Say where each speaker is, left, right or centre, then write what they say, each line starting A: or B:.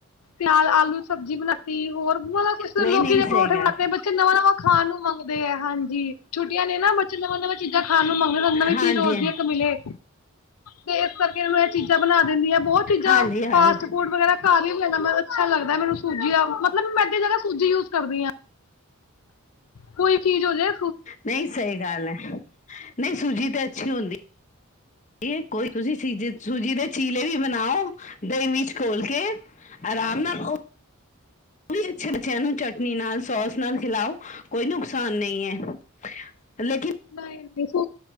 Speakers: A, on the left; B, on the left.
A: ਨਾਲ ਆਲੂ ਸਬਜ਼ੀ ਬਣਾਤੀ ਹੋਰ ਮਤਲਬ ਕੁੱਛ
B: ਨਹੀਂ
A: ਲੋਕੀ
B: ਨਹੀਂ
A: ਦੇ
B: ਸਹੀ
A: ਪਰੌਠੇ
B: ਗੱਲ
A: ਬਣਾਤੇ ਬੱਚੇ ਨਵਾਂ ਨਵਾਂ ਖਾਣ ਨੂੰ <unintelligible> ਦੇ ਆ ਹਾਂਜੀ ਛੁੱਟੀਆਂ ਨੇ ਨਾ ਬੱ ਚਿਆਂ <unintelligible> ਚੀਜ਼ਾਂ ਖਾਣ ਨੂੰ ਮੰਗਣ ਸਾਨੂੰ ਨਵੀ
B: ਹਾਂਜੀ
A: ਚੀਜ਼ ਰੋਜ਼ ਦੀ ਇੱਕ ਮਿਲੇ ਤੇ ਇਸ ਕਰਕੇ ਮੈਂ ਚੀਜ਼ ਬਣਾ ਦਿੰਦੀ ਆ ਬਹੁਤ ਚੀਜ਼ਾਂ
B: ਹਾਂਜੀ
A: ਫਾਸਟ
B: ਹਾਂਜੀ
A: ਫੂਡ ਵਗੈਰਾ ਘਾ ਵੀ <inaudible> ਅੱਛਾ ਲੱਗਦਾ ਮੈਨੂੰ ਸੂਜੀ ਦਾ ਮਤਲੈਂ ਮੈਂਡੀ ਜਗ੍ਹਾ ਸੂਜੀ ਯੂਜ ਕਰਦੀ ਹਾਂ ਕੋਈ ਚੀਜ਼ ਹੋ ਜਾੇ
B: ਨਹੀਂ ਸਹੀ ਗੱਲ ਹੈ ਨਹੀਂ ਸੁੂਜੀਤ ਅੱਛੀ ਹੁੰਦੀ ਇਹ ਕੋਈ ਤੁਸੀਂ ਸੀਜੇ ਸੂਜੀ ਦੇ ਚੀਲੇ ਵੀ ਬਣਾਓ ਦਹੀਂ ਮਚ ਖੋਲ ਕੇ ਆਰਾਮ ਨਾਲ ਕੁਛੜ ਸਿਆਂ ਨੂੰੂੰ ਚਟਨੀ ਨਾਲ ਸੋਸ ਨਾਲ <unintelligible> ਕੋਈ ਨੁਕਸਾਨ ਨਹੀਂ ਹੈ ਲੇਕ
A: ਦੀ